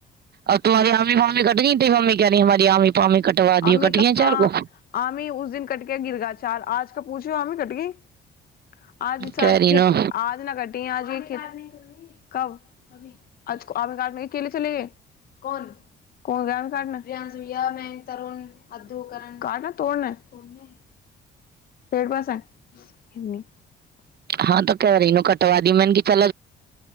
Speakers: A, on the right; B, on the left.
A: आब तुम्हार आमी फाम्मी कटनी ती मम्मी क्य न हमार आमी <unintelligible>
B: <unintelligible>
A: दियो कट गई हैं चार को
B: <unintelligible> टी
A: कह रही नो
B: आजी की कब <unintelligible> अभी <unintelligible> चली गइ कोन कोन गाम या में <unintelligible> तरण अद्धोकरण कारन <unintelligible> तोर न तोर लें पैर पसार हिनी <unintelligible>
A: हँ तऽ कह रही नोकर <unintelligible> मैंने तो